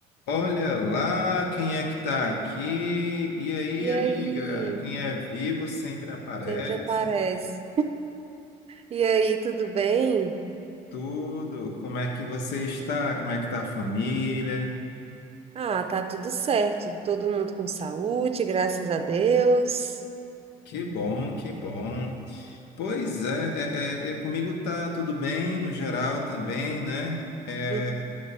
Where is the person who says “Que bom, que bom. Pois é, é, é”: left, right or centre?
Left